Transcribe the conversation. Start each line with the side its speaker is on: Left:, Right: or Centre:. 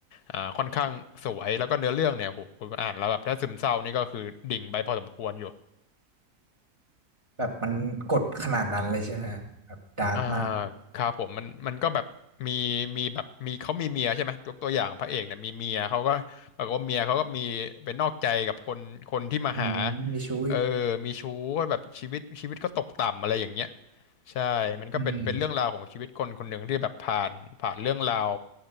Left: อ่าค่อนข้างสวยแล้วก็เนื้อเรื่องเนี่ยโหคุณอ่านแล้วแบบถ้าซึมเศร้านี่ก็คือดิ่งไปพอสมควรอยู่
Right: แบบมันกดขนาดนั้นเลยใช่ไหมฮะแบบดาร์กมาก
Left: อ่าครับผมมันมันก็แบบมีมีแบบมีเขามีเมียใช่ไหมยกตัวอย่างพระเอกเนี่ยมีเมียเขาก็ปรากฏว่าเมียเขาก็มีเป็นนอกใจกับคนคนที่มาหา
Right: อืมมีชู้อีก
Left: เออมีชู้ก็แบบชีวิตชีวิตก็ตกต่ำอะไรอย่างเงี้ยใช่มันก็เป็นเป็นเรื่องราวของชีวิตคนคนหนึ่งที่แบบผ่านผ่านเรื่องราว
Right: อืม